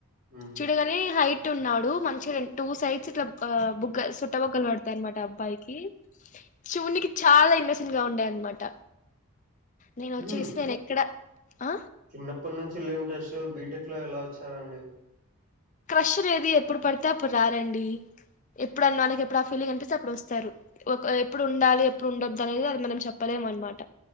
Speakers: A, on the right; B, on the left.
A: ఉహు
B: చూడగానే హైట్ ట్ ఉన్నాడు. మంచిగ టూ సైడ్స్ ఇట్లా బుగ్గ, సోట్ట బుగ్గలు పడతాయి అనమాట అబ్బాయికి. చూడ్ నీకే చాల ఇన్నోసెంట్ గా ఉండే అన్నమాట. నేనొచ్చేసి
A: ఉమ్
B: నేను ఎక్కడ, ఆ
A: చిన్నప్పటి నుంచి లేని క్రష్ బీటెక్ లో ఎలా వచ్చారండి?
B: క్రష్ అనేది ఎప్పుడు పడితే అప్పుడు రారండి ఎప్పుడనానికి ఎప్పుడు ఆ ఫీలింగ్ అనిపిస్తే అప్పుడు వస్తారు. ఒక ఎప్పుడు ఉండాలి, ఎప్పుడు ఉండొద్దు అనేది, అది మనం చెప్పలేం. మనమాట.